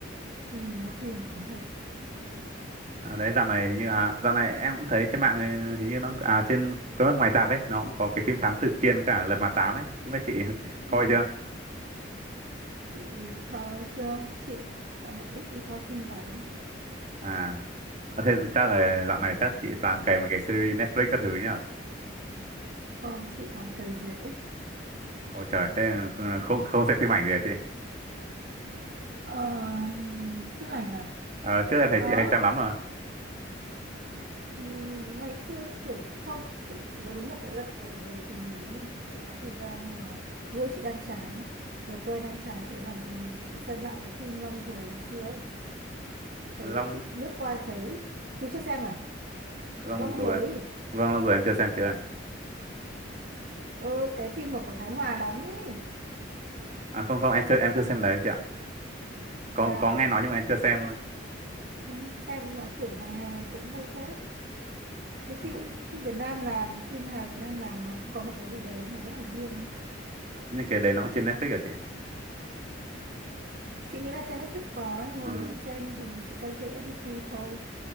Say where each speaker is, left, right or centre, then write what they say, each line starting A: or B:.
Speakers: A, on the right; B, on the right.
A: ừ là phim nổi tiếng thật
B: à, đấy dạo này hình như à dạo này em cũng thấy trên mạng ấy, hình như nó à trên cái mắt ngoài rạp ấy nó cũng có cái phim Thám Tử Kiên với cả Lật Mặt Tám ấy không biết chị <laughs> coi
A: ừ
B: chưa
A: chị khó chưa chị dạo này ít đi coi phim rạp lắm
B: à À, thế chắc là dạo này chắc chị toàn cày mấy cái series Netflix các thứ nhỉ?
A: không chị toàn cày việc ấy
B: Ôi trời, thế không, không không xem phim ảnh gì hả chị?
A: ờ, phim ảnh à
B: À, trước em thấy
A: có
B: chị hay xem lắm mà.
A: Ừ, ngày xưa kiểu không chị chỉ có đúng một cái đợt vừa rồi kỳ nghỉ ấy, chị có thời gian nên là mỗi lúc chị đang chán về quê đang chán chẳng biết làm gì chị xem lại cái phim Long Ruồi ngày xưa ấy thấy
B: Long
A: chị lướt qua thấy chú chưa xem à
B: Long
A: Long
B: rồi,
A: Ruồi ấy
B: vâng Long rồi em chưa xem chị ơi.
A: ờ, cái phim mà của Thái Hòa đóng ấy
B: À không không em chưa em chưa xem đấy chị ạ. Có
A: thế à
B: có nghe nói nhưng mà em chưa xem thôi.
A: ừ, xem nó kiểu hài hài cũng vui phết cái
B: Em
A: phim
B: Cũng
A: phim Việt Nam làm phim hài Việt Nam làm nó cũng có một cái gì đấy mà rất là riêng
B: những cái đấy nó cũng trên Netflix hả chị?
A: chị nghĩ là trên Netflix có nhưng hôm
B: Ừ.
A: đấy chị xem thì chị xem trên FPT thôi